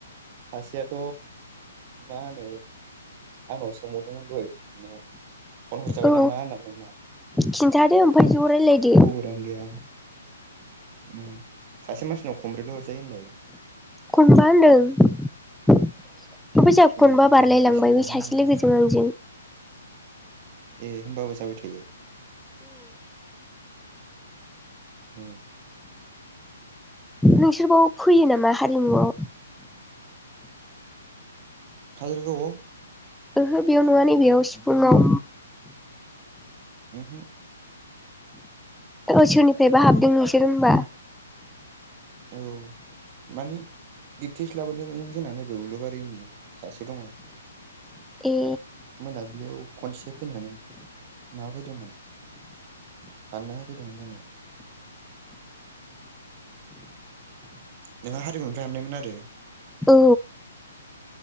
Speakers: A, on the right; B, in the centre.
A: सासेयाथ' मा हानो आंनाव सोंहरदोंमोन दहाय बेनाव फन हरजाबाय
B: औ
A: नामा होननानै नङा
B: खिन्थादो ओमफ्राय ज' रायलायदो
A: खबरानो गैया उम सासे मानसिनाव कमब्रैल' हरजायो होनलाय
B: खनबा होनदों <unintelligible> ओमफ्राय जोंहा‌
A: ए
B: खनबा बारलाय
A: नोंसिनाव
B: लांबाय बै
A: मा
B: सासे
A: होनो
B: लोगोजों आंजों।
A: ए होमबाबो जाबाय थायो। ए
B: नोंसोरबाव फैयो नामा हारिमुआव‌?
A: खाजलगावाव?
B: ओहो बेयाव नुवा नै बेयाव सिफुुंयाव।
A: उहो
B: औ सोरनिफायबा हाबदों नोंसोर होनबा?
A: औ माने बिबथैसो लाबोदोंमोन जोंना नैबे उलुबारिनि सासे दङ'।
B: ए
A: मोनाबलियाव। खनसे फैनानै माबा फैदोंमोन। बानायना होफैदोंमोन जोंनो। नोंहा हारिमुनिफ्राय हाबनायमोन आरो
B: औ